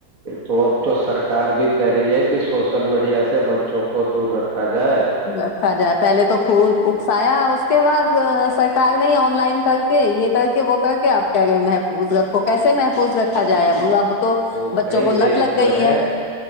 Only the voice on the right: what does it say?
تو اب تو سرکار بھی کہہ رہی ہے کہ سوشل میڈیا سے بچوں کو دور رکھ ریکھا جائے
تو
کئی
دیش
جو
ہے